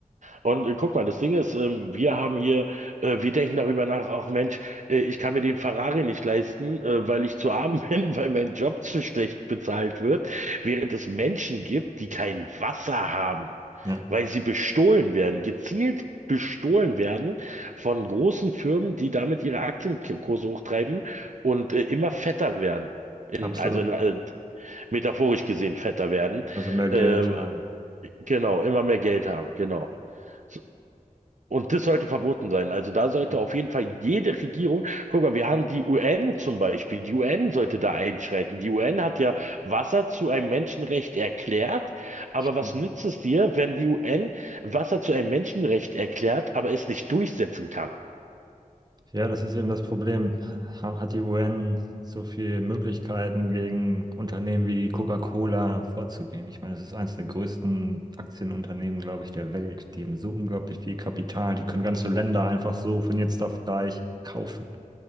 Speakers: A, on the right (about 65°); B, on the right (about 30°).
A: Und äh, guck mal, das Ding ist, ähm, wir haben hier, äh, wir denken darüber nach, ach Mensch, äh, ich kann mir den Ferrari nicht leisten, äh, weil ich zu arm <laughs> bin, weil mein Job zu schlecht bezahlt wird, während es Menschen gibt, die kein Wasser haben,
B: Ja,
A: weil sie bestohlen werden, gezielt bestohlen werden von großen Firmen, die damit ihre Aktienkurse hochtreiben und äh, immer fetter werden. In,
B: absolut.
A: also in, äh, metaphorisch gesehen fetter werden.
B: Also mehr Geld
A: Ähm,
B: haben.
A: genau, immer mehr Geld haben, genau.
B: Mhm.
A: So- Und das sollte verboten sein. Also da sollte
B: Ja,
A: auf jeden Fall jede Regierung, guck mal, wir haben die UN zum Beispiel, die UN sollte da einschreiten. Die UN hat ja Wasser zu einem Menschenrecht erklärt, aber
B: stimmt.
A: was nützt es dir, wenn die UN Wasser zu einem Menschenrecht erklärt, aber es nicht durchsetzen kann?
B: Ja, das ist eben das Problem. Ha- Hat die UN so viele Möglichkeiten, gegen Unternehmen wie die Coca-Cola vorzugehen? Ich meine, das ist eines der größten Aktienunternehmen, glaube ich, der Welt. Die haben so unglaublich viel Kapital. Die können ganze Länder einfach so von jetzt auf gleich kaufen.